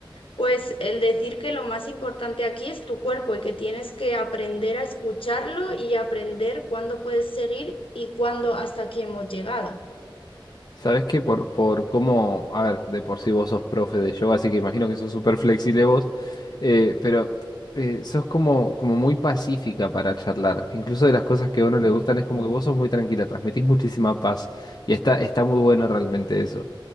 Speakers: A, on the left; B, on the left.
A: Pues el decir que lo más importante aquí es tu cuerpo y que tienes que aprender a escucharlo y aprender cuándo puedes seguir y cuándo hasta aquí hemos llegado.
B: sabes qué? Por, por cómo. A ver, de por sí vos sos profe de yoga, así que imagino que sos súper flexible vos. eh, pero eh, sos como, como muy pacífica para charlar. Incluso de las cosas que a uno le gustan es como que vos sos muy tranquila, transmitís muchísima paz. Y está, está muy bueno realmente eso.